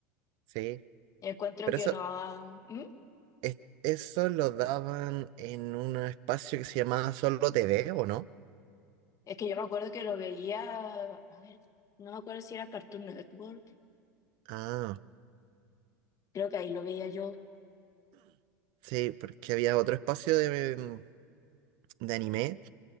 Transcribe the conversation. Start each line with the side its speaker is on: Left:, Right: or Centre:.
Right: Sí,
Left: Encuentro
Right: pero
Left: que
Right: eso,
Left: no ha... ¿Mm?
Right: es- eso lo daban en un espacio que se llamaba Solo TV, ¿o no?
Left: Es que yo me acuerdo que lo veía, a ver, no me acuerdo si era Cartoon Network,
Right: Ah,
Left: creo que ahí lo veía yo.
Right: sí, porque había otro espacio de, de anime